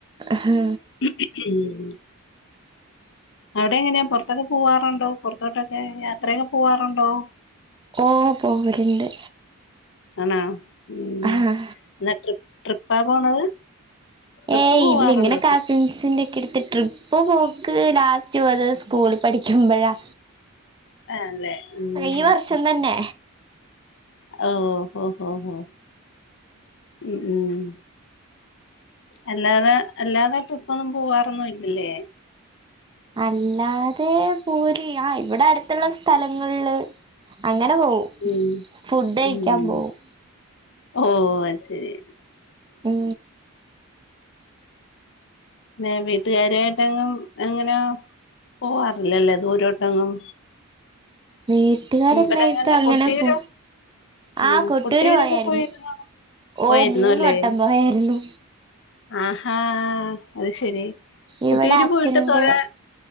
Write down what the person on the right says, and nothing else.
അഹാ.
ഓഹ് പോവല്ണ്ട്.
ആഹ്
ഏയ്
ഇല്ല ഇങ്ങനെ കസ്
സിൻസിന്റെ ഒക്കെ അടുത്ത്. ട്രിപ്പ് പോക്ക് ലാസ്റ്റ് പോയത് സ്കൂൾ പഠിക്കുമ്പെഴാ.
ഈ
വർഷം
തന്നെ.
അല്ലാതെ പോവല്, ആഹ് ഇവിടെ അടുത്തുള്ള സ്ഥലങ്ങളില് അങ്ങനെ പോവും.
ഫുഡ് കഴിക്കാൻ
പോവും
ഉം.
വീട്ടുകാരെന്നായിട്ട്
അങ്ങനെ
പോ
ആ കൊട്ടൂര്
പോയായിരുന്നു
ഓ
മൂന്ന് വട്ടം പോയായിരുന്നു
ഇവിടെ അച്ഛന്റെ